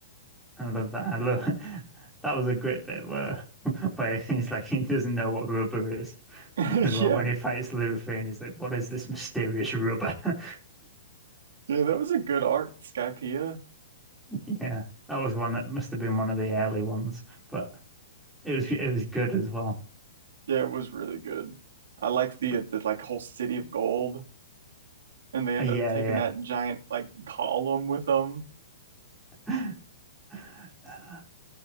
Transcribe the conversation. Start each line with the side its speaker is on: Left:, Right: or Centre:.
Centre: I love that. I love <laughs> that was a great bit where <laughs> where he's like he doesn't know what rubber is <laughs>
Right: <laughs>
Centre: as well
Right: Yeah,
Centre: when he fights Luffy and he's like, what is this mysterious rubber? <laughs>
Right: yeah, that was a good arc, Skypiea.
Centre: Yeah, that was one that must have been one of the early ones, but it was it was good as well.
Right: Yeah, it was really good. I like the
Centre: But,
Right: the like whole city of gold, and they end
Centre: Uh, yeah,
Right: up taking that giant like column with them.
Centre: yeah. <laughs> Uh, I